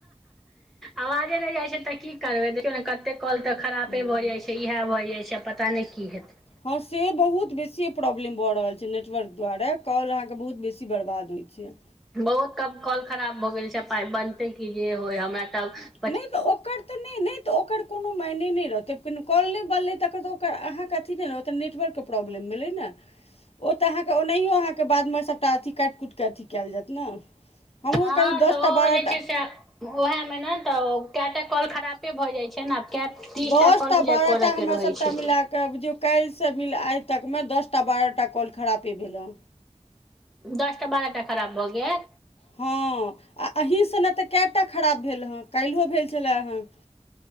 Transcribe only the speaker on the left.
हूँ,
हँ से बहुत बेसी प्रॉब्लम भऽ रहल छै नेटवर्क द्वारा कॉल अहाँकेँ बहुत बेसी बर्बाद होइ छै।
नहि तऽ ओकर तऽ नहि नहि। त ओकर कोनो मायने नहि रहतै <unintelligible> कॉल नहि बनलै त अहाँके अथी नहि रहत ओ त नेटवर्क के प्रॉब्लम भेलै ने। ओ तऽ अहाँके ओनाहियो अहाँके बादमे सभटा अथी काटि कुटि कऽ अथी कयल जायत ने। हमरो
करीब दस
टा
बारह
टा
दस
बारह
टा हमरा
सभटा
मिला कऽ बुझियौ काल्हिसँ <unintelligible> आइ तकमे दसटा बारहटा कॉल खरापे भेल हे।
हँ आ अहीँसने तऽ कएटा खराब भेल हेँ काइल्हो भेल छलए हेँ